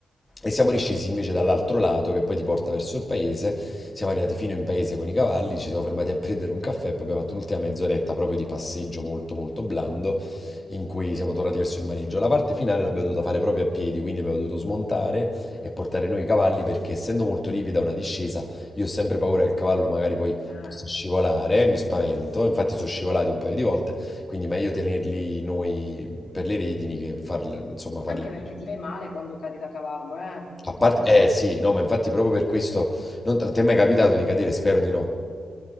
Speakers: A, on the left; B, on the left.
A: e siamo riscesi invece dall'altro lato che poi ti porta verso il paese. Siamo arrivati fino in paese con i cavalli, ci siamo fermati a prendere un caffè, poi abbiamo fatto un'ultima mezz'oretta proprio di passeggio molto molto blando in cui siamo tornati verso il maneggio. La parte finale l'abbiamo dovuta fare proprio a piedi, quindi abbiamo dovuto smontare e portare noi i cavalli perché essendo molto ripida una discesa, io ho sempre paura che il cavallo magari poi
B: Eh,
A: possa scivolare, mi spavento, infatti sono scivolati un paio di volte quindi meglio tenerli noi per le redini che farli, insomma, farli...
B: Anche perché ti fai male quando cadi da cavallo, eh?
A: A parte...
B: Mm.
A: Eh sì, no, ma infatti proprio per questo... non- A te è mai capitato di cadere? Spero di no.